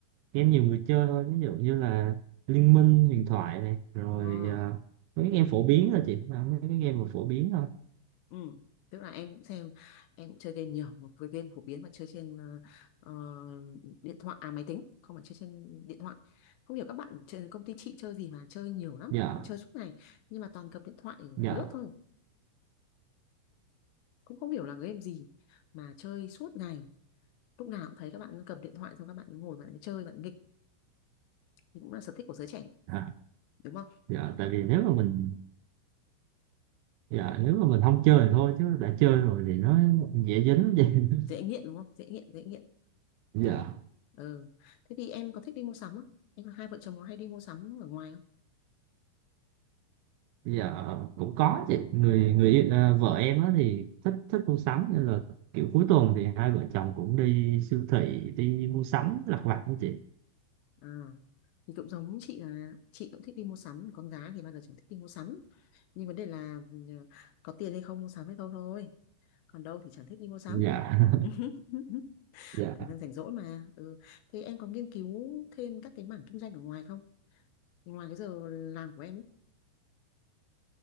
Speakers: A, on the right; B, on the left.
A: game nhiều người chơi thôi ví dụ như là Liên Minh huyền thoại này rồi
B: Ờ.
A: ờ, mấy cái game phổ biến thôi chị Ờ, mấy cái game mà phổ biến thôi
B: Ừ. Tức là em cũng xem em cũng chơi game nhiều một cái game phổ biến mà chơi trên ờ, ờ, điện thoại à máy tính không phải chơi trên điện thoại không hiểu các bạn trên công ty chị chơi gì mà chơi nhiều lắm
A: dạ
B: các bạn chơi suốt ngày nhưng mà toàn cầm điện thoại
A: dạ
B: lướt thôi cũng không hiểu là game gì mà chơi suốt ngày lúc nào cũng thấy các bạn cầm điện thoại xong các bạn ấy ngồi bạn ấy chơi bạn ấy nghịch thì cũng là sở thích của giới trẻ
A: à,
B: đúng không
A: dạ tại vì nếu mà mình dạ nếu mà mình không chơi thì thôi chứ đã chơi rồi thì nó dễ dính lắm chị <laughs>
B: dễ nghiện đúng không dễ nghiện dễ nghiện
A: dạ
B: đấy ừ. thế thì em có thích đi mua sắm không em hai vợ chồng có hay đi mua sắm ở ngoài không
A: bây giờ ờ, cũng có chị người người yêu- à, vợ em á thì thích thích mua sắm nên là kiểu cuối tuần thì hai vợ chồng cũng đi siêu thị đi mua sắm lặt vặt đó chị
B: À, thì cũng giống chị là chị cũng thích đi mua sắm con gái thì bao giờ chẳng thích đi mua sắm nhưng vấn đề là ừ, có tiền hay không mua sắm hay đâu thôi còn đâu thì chẳng thích đi mua sắm
A: dạ
B: <laughs>
A: <laughs> dạ
B: thời gian rảnh rỗi mà ừ. thế em có nghiên cứu thêm các cái mảng kinh doanh ở ngoài không ngoài cái giờ làm của em ấy